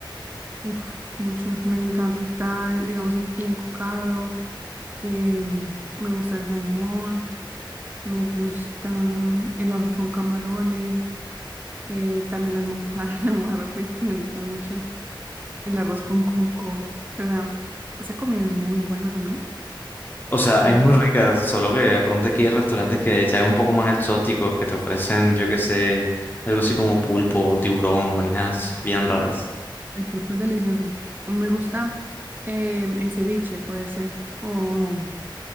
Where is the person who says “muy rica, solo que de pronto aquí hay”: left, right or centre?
Left